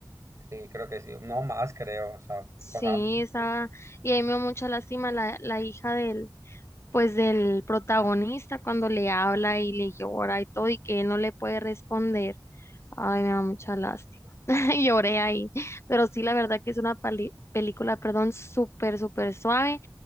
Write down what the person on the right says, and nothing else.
Sí, creo que sí, no más creo, o sea,
pasaba mucho
tiempo.